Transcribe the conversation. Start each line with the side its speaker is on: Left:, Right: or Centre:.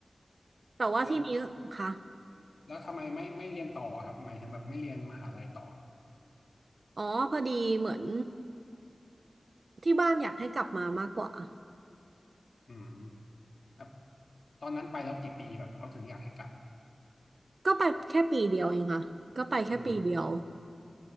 Right: แต่ว่าที่นี้ค่ะ
Left: แล้วแล้วทำไมไม่ไม่เรียนต่อครับหมายถึงแบบไม่เรียนมหาลัยต่อ
Right: อ๋อพอดีเหมือนที่บ้านอยากให้กลับมามากกว่า
Left: อืมแบบตอนนั้นไปแล้วกี่ปีแบบเขาถึงอยากให้กลับ
Right: ก็ไปแค่ปีเดียวเองค่ะก็ไปแค่ปีเดียว
Left: อืม